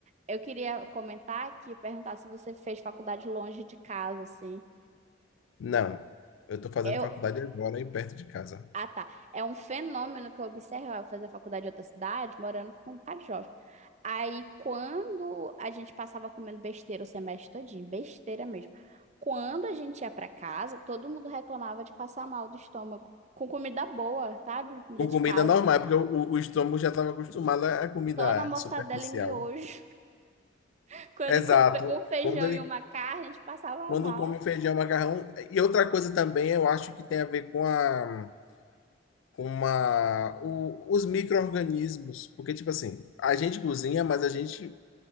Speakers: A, on the right; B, on the left.
A: Eu queria comentar aqui, perguntar se você fez faculdade longe de casa, assim.
B: Não, eu tô fazendo
A: Eu,
B: faculdade agora aí perto de casa.
A: ah, tá. É um fenômeno que eu observo, eu fazer faculdade em outra cidade, morando com um bocado de jovem. Aí, quando a gente passava comendo besteira o semestre todinho, besteira mesmo. Quando a gente ia para casa, todo mundo reclamava de passar mal do estômago. Com comida boa, sabe? Comida
B: Com
A: de
B: comida
A: casa.
B: normal, porque o, o estômago já estava acostumado à comida
A: Só na mortadela
B: superficial.
A: e miojo. <laughs> Quando
B: Exato.
A: co- pegou um feijão
B: Quando ele,
A: e uma carne, a gente passava
B: quando
A: mal.
B: come feijão, macarrão. E outra coisa também, eu acho que tem a ver com a, com uma, o- os micro-organismos. Porque, tipo assim, a gente cozinha, mas a gente